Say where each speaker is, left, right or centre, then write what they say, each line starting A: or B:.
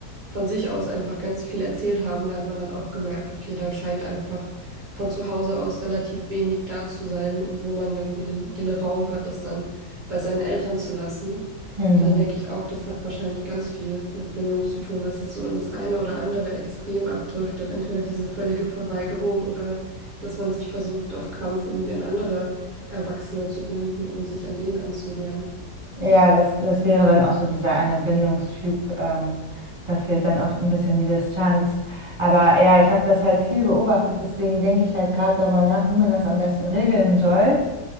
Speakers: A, on the right; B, on the right.
A: von sich aus einfach ganz viel erzählt haben. Da hat man dann auch gemerkt, okay, da scheint einfach von zu Hause aus relativ wenig da zu sein, wo man irgendwie den, den Raum hat, das dann bei seinen Eltern zu lassen.
B: Hm.
A: Da denke ich auch, das hat wahrscheinlich ganz viel mit Bindung zu tun, dass es so in das eine oder andere Extrem abdriftet. Entweder diese völlige Verweigerung oder dass man sich versucht, auf Kampf irgendwie an andere Erwachsene zu binden und sich an denen anzunähern.
B: Ja, das, das wäre dann auch so dieser eine Bindungstyp. Ähm, da fehlt dann oft ein bisschen die Distanz. Aber ja, ich habe das halt viel beobachtet, deswegen denke ich halt gerade darüber nach, wie man das am besten regeln soll.